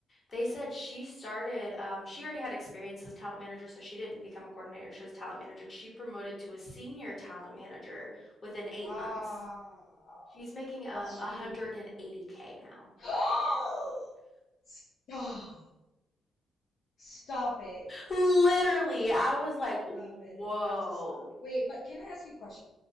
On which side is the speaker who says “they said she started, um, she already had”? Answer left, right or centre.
Left